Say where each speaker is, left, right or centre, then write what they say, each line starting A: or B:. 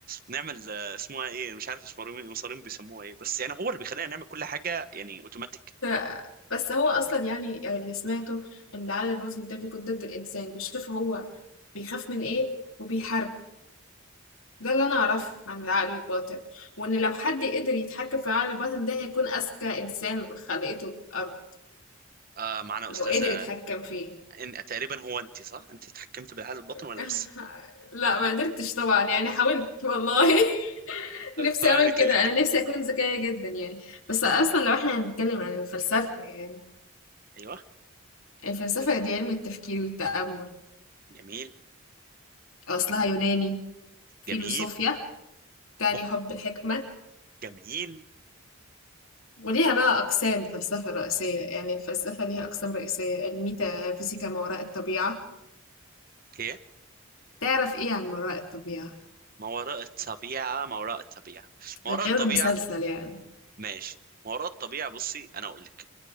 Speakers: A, on the right; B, on the left.
A: نعمل آه، اسمها ايه مش عارف اسمها إيه، مصارين بيسموها ايه بس يعني هو اللي بيخلينا نعمل كل حاجة يعني اوتوماتيك
B: <laughs> بس هو اصلا يعني اللي سمعته ان العقل الباطن ده بيكون ضد الانسان بيشوف هو بيخاف من ايه وبيحارب ده اللي انا اعرفه عن العقل الباطن وان لو حد قدر يتحكم في العقل الباطن ده هيكون اذكى انسان خلقته الارض
A: آه معنا
B: لو
A: استاذة
B: قدر يتحكم فيه
A: إن... تقريبا هو انت صح انت اتحكمت بالعقل الباطن
B: <laughs>
A: ولا لسه
B: لا ما قدرتش طبعا يعني حاولت والله <laughs> نفسي
A: طلع
B: اعمل
A: لك
B: كده
A: ايه؟
B: انا نفسي اكون ذكية جدا يعني بس اصلا لو احنا هنتكلم عن الفلسفة يعني
A: <laughs> ايوه
B: الفلسفة دي علم التفكير والتأمل
A: جميل
B: اصلها يوناني فيلوصوفيا
A: جميل
B: تعني
A: أوه،
B: حب الحكمة
A: جميل
B: وليها بقى أقسام فلسفة رئيسية يعني الفلسفة ليها أقسام رئيسية الميتافيزيكا ما وراء الطبيعة
A: اوكي
B: تعرف ايه عن مرائي الطبيعة
A: ما وراء الطبيعة ما وراء الطبيعة ما
B: غير
A: وراء الطبيعة
B: المسلسل يعني
A: ماشي ما وراء الطبيعة بصي أنا أقول لك